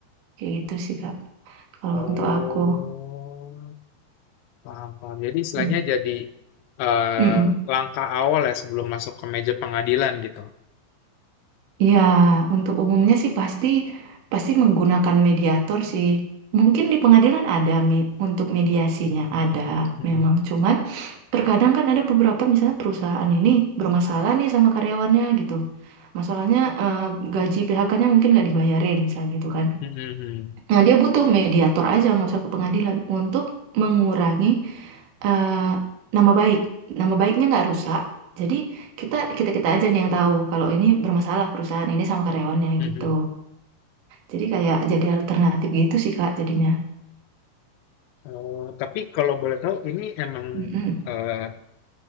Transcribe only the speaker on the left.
Oh
paham paham. Jadi istilahnya
jadi eh,
langkah awal ya sebelum masuk ke meja pengadilan gitu.
Mhm.
Mhm.
Mhm.
Mhm.
Oh tapi kalau boleh tahu ini emang
eh,